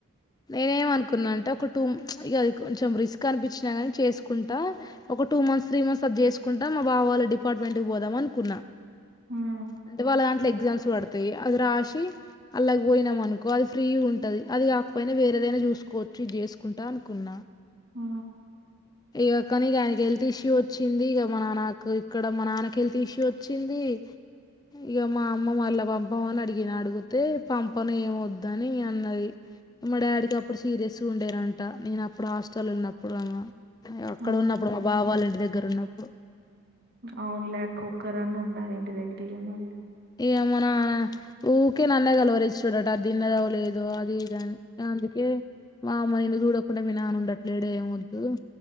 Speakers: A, on the left (about 20°); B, on the right (about 45°).
A: నేనేమనుకున్నా అంటే ఒక టూ ఇది కొంచెం రిస్క్ అనిపించినా గాని చేసుకుంటా ఒక ఒక టూ మంత్స్ త్రీ మంత్స్ అది జేసుకుంట మా బావ వాళ్ళ డిపార్ట్మెంట్ కి పోదాం అనుకున్నా
B: ఉమ్,
A: అంటే వాళ్ళ దాంట్లో ఎక్ ఎగ్జామ్స్ పడతాయి. అది రాసి అల్లకు పోయినాం అనుకో అది ఫ్రీ ఉంటాది. అది ఆ పోయినా వేరేదైనా చూసుకోవచ్చు ఇది చేసుకుంటా అనుకున్నా
B: ఆ
A: ఇగ కాని ఇగ ఆయనకి హెల్త్ ఇష్యూ వచ్చింది. ఇగ మా నాన్న ఇక్కడ మా నాన్నకి హెల్త్ ఇష్యూ వచ్చింది. కి ఇగ మా అమ్మ మళ్ళా పబవ్వ ని అడిగిన అడిగితే పంపను ఏం వద్దని అన్నది మా డాడికి అప్పుడు సీరియస్ గ ఉండేనంట నేను అప్పుడు హాస్టల్ ఉన్నప్పుడు అమ్ అక్కడ
B: ఆ
A: ఉన్నప్పుడు మా బావా వల్ల ఇంటి దగ్గర ఉన్నప్పుడు
B: అవునులే అక్క ఒక్కరన్న ఉండాలి ఇంటి దగ్గర ఇగ మళ్ళీ
A: ఇగ మా నాన్న ఊకే నన్నే కల్వరించుడట అది దిన్నదో లేదో దో అది ఇది అని అందుకే మా అమ్మ నిన్ను చూడకుండ మీ నాన్న ఉండట్లేడే ఏం వద్దు